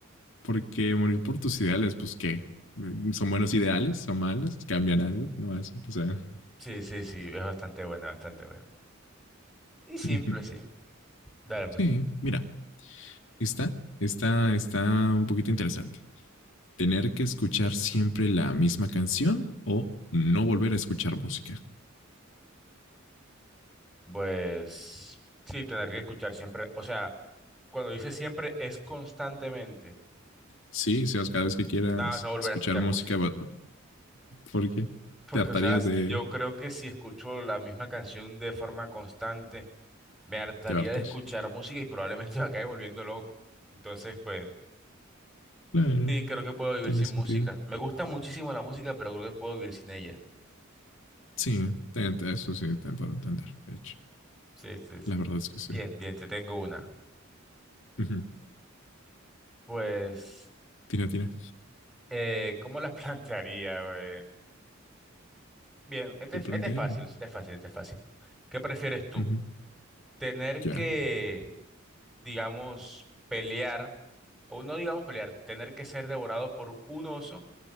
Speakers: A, on the left (about 65°); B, in the centre.
A: Porque morir por tus ideales, pues qué. ¿Son buenos ideales? ¿Son malos? ¿Cambian algo? No hacen. O sea.
B: Sí, sí, sí, es bastante buena, bastante buena. Y simple,
A: <laughs>
B: sí. Dale, pues.
A: Sí, mira. Está, está, está un poquito interesante. Tener que escuchar siempre la misma canción o no volver a escuchar música.
B: Pues sí, tener que escuchar siempre, o sea... cuando dice siempre, es constantemente.
A: Sí, Sebas, cada vez que quieras
B: Nada más no volver
A: escuchar
B: a escuchar
A: música,
B: música.
A: va- porque
B: Porque,
A: te hartarías
B: o sea,
A: de,
B: yo creo que si escucho la misma canción de forma constante, me hartaría
A: te va a hartar.
B: de escuchar música y probablemente <laughs> me acabe volviendo loco. Entonces, pues,
A: Claro,
B: sí, creo que puedo vivir
A: tiene
B: sin
A: sentido.
B: música. Me gusta muchísimo la música, pero creo que puedo vivir sin ella.
A: Sí, te- te- eso sí, te puedo entender, de hecho.
B: Sí, sí, sí.
A: La verdad es que sí.
B: Bien, bien, te tengo una.
A: Ujú.
B: Pues,
A: Tira, tira.
B: eh, ¿cómo la <laughs> plantearía? eh? Bien, este,
A: Tú plantea.
B: este es fácil, este es fácil, este es fácil. ¿Qué prefieres tú?
A: Ujú.
B: ¿Tener
A: Ya.
B: que
A: yeah.
B: digamos, pelear, o no digamos pelear, tener que ser devorado por un oso